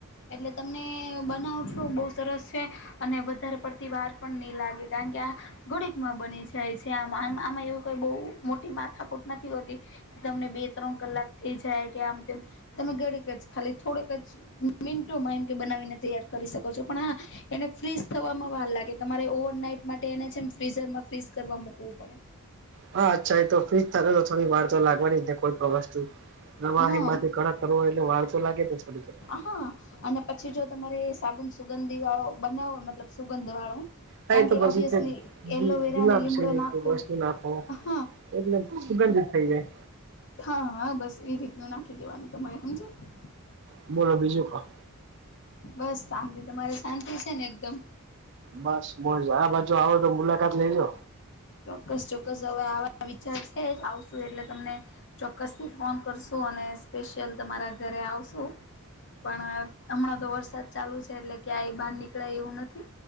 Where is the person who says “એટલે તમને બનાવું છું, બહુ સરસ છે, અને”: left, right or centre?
Left